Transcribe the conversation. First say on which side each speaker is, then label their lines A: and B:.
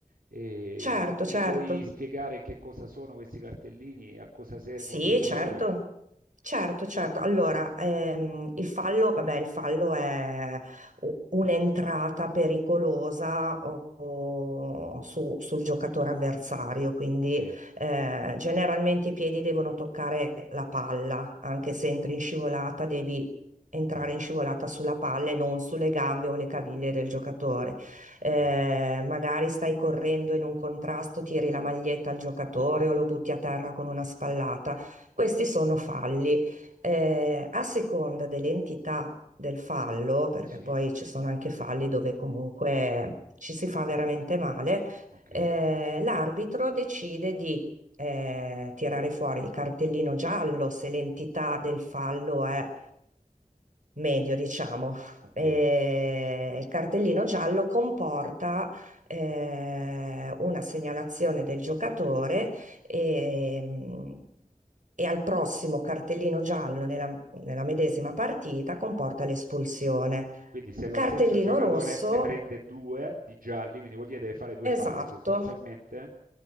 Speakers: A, on the right; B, on the right.
A: E
B: certo,
A: mi
B: certo.
A: puoi spiegare che cosa sono questi cartellini, a cosa servono
B: Sì,
A: i colori?
B: certo, certo, certo. Allora, ehm, il fallo, vabbè, il fallo è u- un'entrata pericolosa o- o su- sul giocatore avversario, quindi
A: Ok.
B: eh, generalmente i piedi devono toccare la palla, anche se entri in scivolata devi entrare
A: Ah,
B: in scivolata sulla palla e non sulle gambe o le caviglie del giocatore eh,
A: okay.
B: magari stai correndo in un contrasto, tiri la maglietta al giocatore o lo butti a terra con una spallata. Questi sono falli. Eh, a seconda dell'entità del fallo, perché
A: Sì,
B: poi ci sono anche falli dove comunque ci si fa veramente male,
A: okay,
B: eh, l'arbitro decide di eh, tirare fuori il cartellino giallo se l'entità del fallo è medio, diciamo.
A: okay.
B: E il cartellino giallo comporta eh, una segnalazione del giocatore e, e al prossimo cartellino giallo nella, nella medesima partita comporta l'espulsione.
A: Quindi se lo
B: Cartellino
A: stesso giocatore
B: rosso,
A: ne prende 2 di gialli, quindi vuol dire deve fare 2 falli
B: esatto,
A: sostanzialmente,